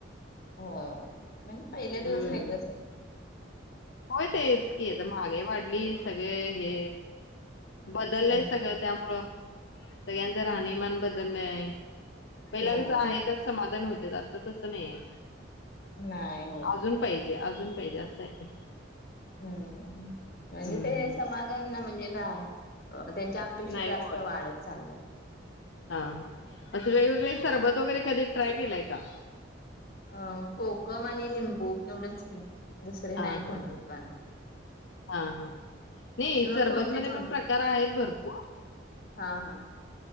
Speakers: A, on the left; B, on the left.
A: हो म्हणजे पहिले
B: हम्म
A: दिवस वेगळंच होते.
B: होय तेच की आता महागाई वाढली सगळे हे बदललंय
A: हम्म.
B: सगळ. त्यामुळं सगळ्यांचं राहणीमान बदलय पहिला
A: हो
B: कस आहे त्यात समाधान होत आता तसं नाही आहे.
A: नाही हो.
B: अजून पाहिजे अजून, पाहिजे असं आहे.
A: हम्म,
B: हम्म
A: म्हणजे ते
B: हम्म
A: समाधान ना म्हणजे नाय त्यांच्या अपेक्षा
B: नाही
A: जास्त
B: होय
A: वाढत चालल्यात.
B: हा, हा असं वेगवेगळे सरबत वगैरे कधी ट्राय केलंय का?
A: अ कोकम आणि लिंबू तेवढेच की दुसरे
B: हा
A: नाही कोणते
B: हा हा
A: बनवत
B: हा, हा नाही सरबत
A: कोणते
B: मध्ये
A: कोणते
B: पण प्रकार आहेत भरपूर
A: हा, हा..